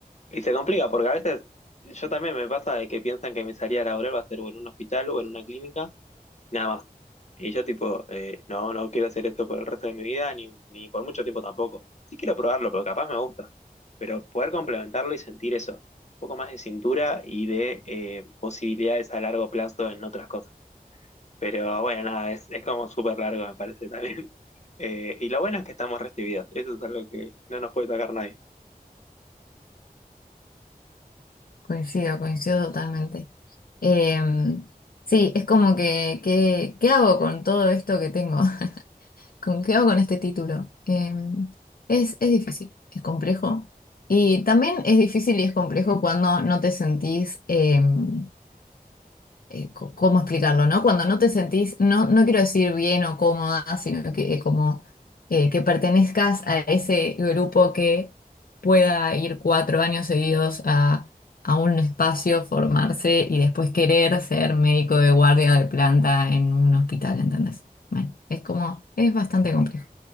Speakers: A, on the left; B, on the left.
A: Y se complica porque a veces yo también me pasa de que piensan que mi salida laboral va a ser o en un hospital o en una clínica, nada más. Y yo tipo, eh, no, no quiero hacer esto por el resto de mi vida, ni, ni por mucho tiempo tampoco. Sí quiero probarlo, porque capaz me gusta. Pero poder complementarlo y sentir eso, un poco más de cintura y de eh, posibilidades a largo plazo en otras cosas. Pero bueno, nada, es, es como súper largo, me parece también. <laughs> Eh, y lo bueno es que estamos recibidos. Eso es algo que no nos puede sacar nadie.
B: Coincido, coincido totalmente. Em, sí, es como que, que- ¿qué hago con todo esto que tengo? <laughs> ¿Con qué hago con este título? Em, es, es difícil, es complejo. Y también es difícil y es complejo cuando no te sentís em, eh, co- ¿cómo explicarlo, no? Cuando no te sentís, no, no quiero decir bien o cómoda, sino que eh, como eh, que pertenezcas a ese grupo que pueda ir cuatro años seguidos a, a un espacio, formarse y después querer ser médico de guardia de planta en un hospital, ¿entendés? Bueno, es como, es bastante complejo.